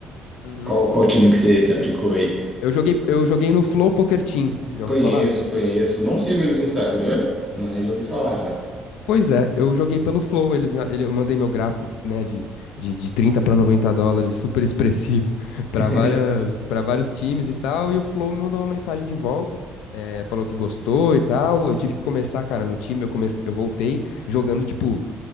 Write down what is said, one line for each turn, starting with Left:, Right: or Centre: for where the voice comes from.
Left: Uhum.
Centre: Qual, qual time que você se aplicou aí?
Left: Eu joguei, eu joguei no Flow Poker Team. Já
Centre: Conheço,
Left: ouviu falar?
Centre: conheço. Não sigo eles no Instagram, mas já ouvi falar já.
Left: Pois é, eu joguei pelo Flow, eles, já- ele, eu mandei meu gráfico, né, de, de, de 30 para 90 dólares, super expressivo, <laughs> para
Centre: <laughs>
Left: várias, para vários times e tal, e o Flow me mandou uma mensagem de volta, eh, falou que gostou e tal, eu tive que começar, cara, no time, eu comecei, eu voltei jogando, tipo,